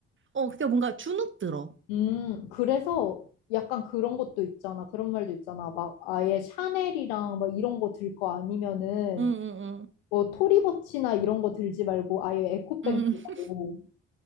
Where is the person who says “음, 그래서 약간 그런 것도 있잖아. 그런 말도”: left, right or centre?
Left